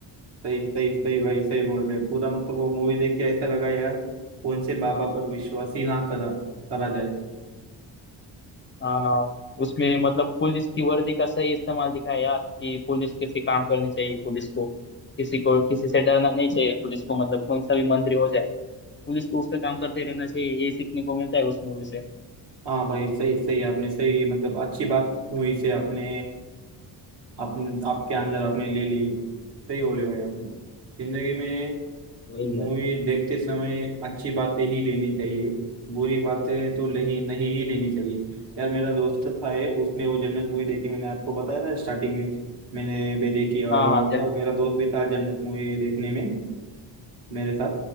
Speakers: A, on the right (about 65°); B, on the left (about 25°).
A: सही सही सही भाई सही बोल रहे पूरा मतलब वो मूवी देख के ऐसा लगा यार कौन से बाबा पर विश्वास ही ना करा करा जाए
B: ना ना उसमें मतलब पुलिस की वर्दी का सही इस्तेमाल दिखा है यार कि पुलिस कैसे काम करनी चाहिए पुलिस को किसी को किसी से डरना नहीं चाहिए पुलिस को मतलब कौन सा भी मंत्री हो जाए पुलिस को उसका काम करते रहना चाहिए यही सीखने को मिलता है उस मूवी से
A: हाँ भाई सही सही आपने सही मतलब अच्छी बात हुई से आपने अपने आपके अंदर आपने ले ली सही बोले भाई आपने जिंदगी में
B: वही
A: मूवी
B: है
A: देखते समय अच्छी बातें ही लेनी चाहिए बुरी बातें तो नहीं नहीं ही लेनी चाहिए यार मेरा दोस्त था एक उसने वो जन्नत मूवी देखी मैंने आपको बताया ना स्टार्टिंग में मैंने भी देखी और
B: हाँ हाँ
A: आप
B: चल
A: तो और मेरा दोस्त भी था जन्नत मूवी देखने में मेरे साथ